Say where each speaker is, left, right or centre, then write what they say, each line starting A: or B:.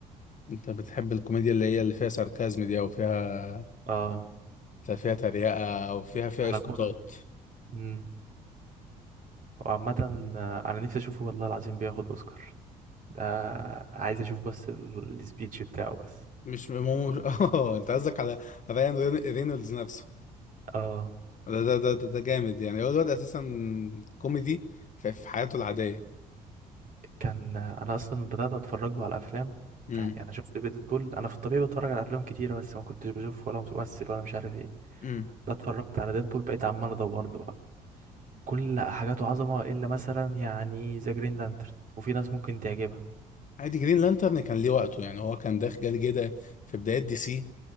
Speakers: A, on the left; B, on the right.
A: انت بتحب الكوميديا اللي هي اللي فيها ساركازم دي او فيها
B: اه
A: فيها تريقة او فيها فيها
B: على
A: اسقاطات
B: كله امم وعامه آه، انا نفسي اشوفه والله العظيم بياخد اوسكار ده عايز اشوف بس ال- السبيتش بتاعه بس
A: مش مو مش <laughs> اه انت قصدك على رايان رين- رينولدز نفسه
B: اه
A: ده ده ده ده, ده جامد يعني هو الواد اساسا كوميدي في, في حياته العادية
B: كان انا اصلا بدات اتفرج له على افلام
A: امم
B: يعني انا شفت ديدبول انا في الطبيعي بتفرج على افلام كتيره بس ما كنتش بشوف ولا ممثل ولا مش عارف ايه
A: امم
B: ده اتفرجت على ديدبول بقيت عمال ادور له كل حاجاته عظمة إلا مثلا يعني ذا جرين لانترن وفي ناس ممكن تعجبها
A: عادي جرين لانترن كان ليه وقته يعني هو كان داخل جاي كده في بدايات دي سي